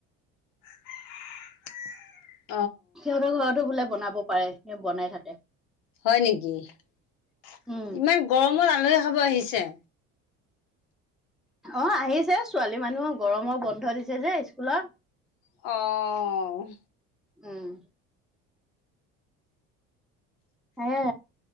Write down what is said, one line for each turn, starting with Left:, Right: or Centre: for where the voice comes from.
Left: <unintelligible>
Centre: সিহঁতৰ ঘৰতো বোলে বনাব পাৰে স বনাই থাকে
Left: হয় নেকি। ইমান
Centre: উম
Left: গৰমত আলহী খাব আহিছে।
Centre: অ আহিছে ছোৱালী মানুহ গৰমৰ বন্ধ দিছে যে স্কুলৰ।
Left: অ
Centre: উম। হে